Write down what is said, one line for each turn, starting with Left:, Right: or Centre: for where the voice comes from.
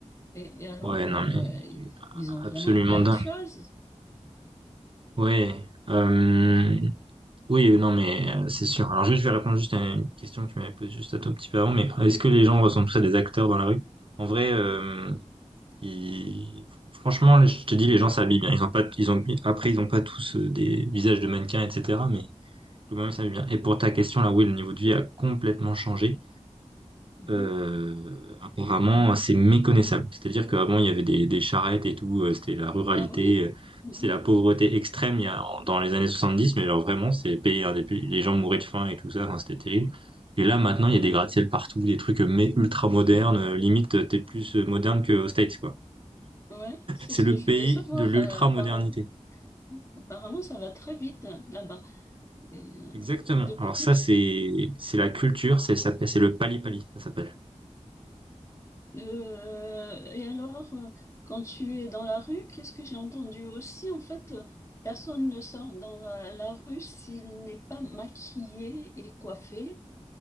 Left: Et, et alors,
Right: Ouais, non,
Left: euh,
Right: mais
Left: ils ont vraiment
Right: absolument
Left: plein
Right: dingue.
Left: de choses.
Right: Ouais. Euh, Oui, euh, non, mais euh, c'est sûr. Alors juste, je vais répondre juste à une question que tu m'avais posée juste un tout petit peu avant, mais est-ce que les gens ressemblent tous à des acteurs dans la rue? En vrai, euh, ils- franchement, je te dis, les gens s'habillent bien. Ils ont pas, ils ont, après, ils ont pas tous euh, des visages de mannequins, etc. Mais globalement, ils s'habillent
Left: Mhm,
Right: bien. Et pour ta question, là, oui, le niveau de vie a complètement changé
Left: mhm.
Right: euh, apparemment assez méconnaissable. C'est-à-dire qu'avant, il y avait des, des charrettes et tout, euh, c'était la ruralité,
Left: Ah oui.
Right: euh,
Left: Mhm,
Right: c'était la pauvreté extrême il y a, en- dans les années 70, mais alors vraiment, c'est payé un des pays- les gens mouraient de faim et tout ça, enfin, c'était terrible. Et là, maintenant,
Left: mhm.
Right: il y a des gratte-ciel partout, des trucs euh, mais ultra modernes, euh, limite, euh, t'es plus euh, moderne qu'aux States, quoi.
Left: Ouais, c'est
Right: C'est
Left: ce
Right: le
Left: que je
Right: pays
Left: voulais savoir.
Right: de l'ultra-modernité.
Left: euh, apparemment, apparemment, ça va très vite hein, là-bas. Et euh,
Right: Exactement.
Left: de
Right: Alors
Left: plus,
Right: ça, c'est c'est la culture, c'est ça, c'est le pali-pali, ça s'appelle.
Left: euh, et alors, euh, quand tu es dans la rue, qu'est-ce que j'ai entendu aussi? En fait, euh, personne ne sort dans la, la rue s'il n'est pas maquillé et coiffé.